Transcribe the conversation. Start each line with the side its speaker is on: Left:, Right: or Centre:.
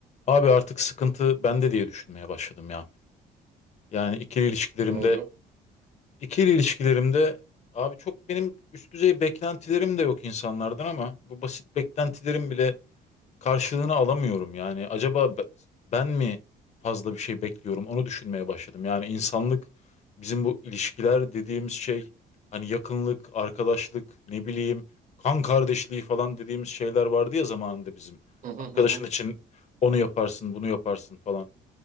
Left: Abi artık sıkıntı bende diye düşünmeye başladım ya. Yani ikili ilişkilerimde,
Right: Ne oldu?
Left: ikili ilişkilerimde abi çok benim üst düzey beklentilerim de yok insanlardan ama bu basit beklentilerim bile karşılığını alamıyorum. Yani acaba be- ben mi fazla bir şey bekliyorum onu düşünmeye başladım. Yani insanlık bizim bu ilişkiler dediğimiz şey hani yakınlık, arkadaşlık, ne bileyim kan kardeşliği falan dediğimiz şeyler vardı ya zamanında bizim.
Right: Hı hı
Left: Arkadaşın
Right: hı. hı.
Left: için onu yaparsın, bunu yaparsın falan.